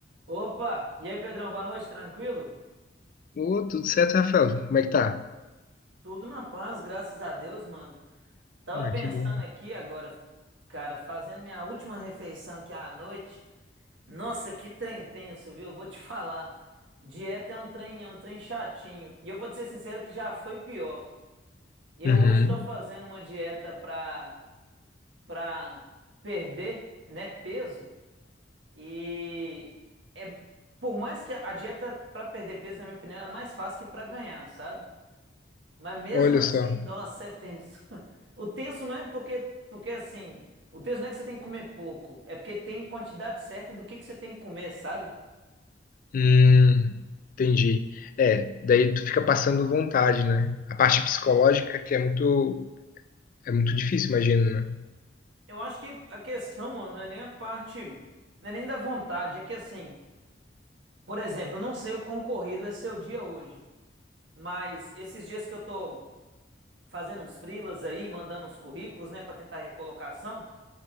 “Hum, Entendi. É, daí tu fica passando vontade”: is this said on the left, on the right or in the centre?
Left